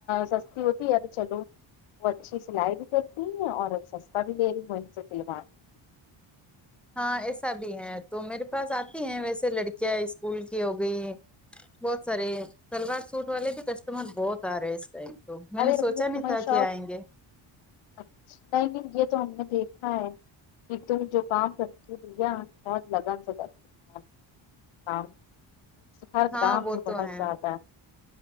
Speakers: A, on the left; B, in the centre.
A: سستی ہوتی یار چلو وہ اچھی سلائی بھی کرتی ہیں اور سستا بھی لے رہی ہے وہی سے سلواے
B: ہاں ایسا بھی ہے تو میرے پاس آتی ہیں ویسے لڑکیاں اسکول کی ہو گئی بہت سارے شلوار سوٹ والے بھی کسٹمر بہت آ رہے ہیں اس ٹائم تو میں
A: ارے
B: نے سوچا
A: ابھی
B: نہیں
A: تمہاری
B: تھا
A: شاپ
B: کہ آئیں گے
A: اچھی نہیں نہیں یہ تو ہم نے دیکھا ہے کہ تم جو کام کرتی ہو دھیان اور لگن س کرتی ہو م سر
B: ہاں
A: کام
B: وہ
A: میں
B: تو
A: بہت
B: ہے
A: زیادہ <unintelligible>